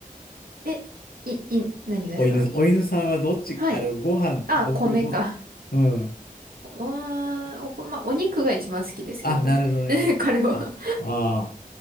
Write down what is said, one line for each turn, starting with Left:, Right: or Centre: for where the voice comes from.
Right: え、い、い、何がですか
Left: お犬、お犬さんはどっち、
Right: はい。
Left: あの、ご飯、
Right: あ、
Left: 僕、
Right: 米か。
Left: ど、うん。
Right: おー、おこ、まあ、お肉が一番好きですけどね。
Left: あ、なるほどね。
Right: <laughs> 彼は
Left: あ、ああ。